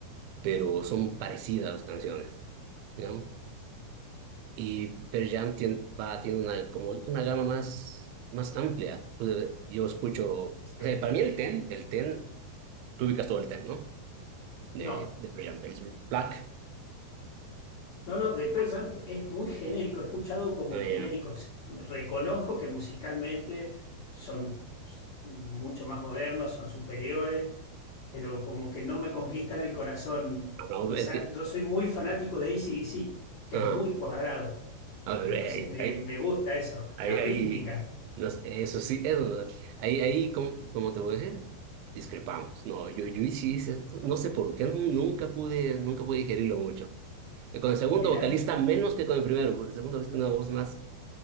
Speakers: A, on the right; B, on the left.
A: pero son parecidas las canciones, ¿no? Y Pearl Jam tiene, va, tiene una, como una gama más, más amplia. Pues, eh, yo escucho, o
B: Sí.
A: sea, para mí el Ten, el Ten, tú ubicas todo el Ten, ¿no? De,
B: No,
A: de Pearl Jam, el Black,
B: no, no, The Pearl Jam es muy genérico, he escuchado como
A: eh,
B: genéricos. Reconozco que musicalmente son s- mucho más modernos, son superiores, pero como que no me conquistan el corazón.
A: ah, no,
B: Quizá
A: es que,
B: yo soy muy fanático de AC/DC, que
A: ah,
B: es muy cuadrado.
A: a ver,
B: Entonces
A: eh,
B: me,
A: eh,
B: me gusta eso,
A: Ahí,
B: la rítmica.
A: ahí, no sé, eso sí, eso, ahí, ahí, ¿cómo, cómo te voy a decir? Discrepamos. No, yo, yo sí, no sé por qué, nunca pude, nunca pude digerirlo mucho. Eh, Con el segundo
B: Mirá,
A: vocalista menos que con el primero, porque el segundo vocalista tiene una voz más.